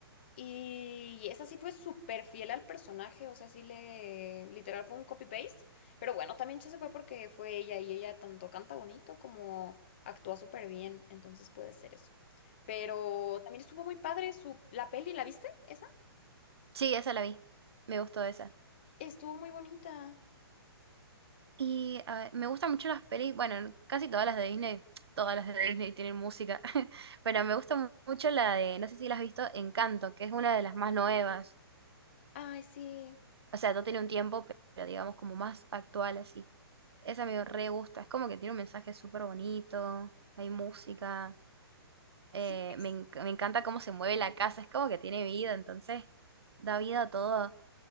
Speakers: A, on the left (about 25°); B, on the right (about 75°).
A: Y esa sí fue súper fiel al personaje, o sea, sí le, literal fue un copy-paste. Pero bueno, también se fue porque fue ella y ella tanto canta bonito como actúa súper bien, entonces puede ser eso. Pero también estuvo muy padre su, la peli, ¿la viste? ¿Esa?
B: Sí, esa la vi. Me gustó esa.
A: Estuvo muy bonita.
B: Y a ver, me gustan mucho las pelis, bueno, casi todas las de Disney, todas las de Disney tienen música, <laughs> pero me gusta mu- mucho la de, no sé si la has visto, Encanto, que es una de las más nuevas.
A: Ay, sí.
B: O sea, no tiene un tiempo, pero digamos como más actual así. Esa me re gusta, es como que tiene un mensaje súper bonito, hay música, eh,
A: Sí, es-
B: me, enc- me encanta cómo se mueve la casa, es como que tiene vida, entonces da vida a todo.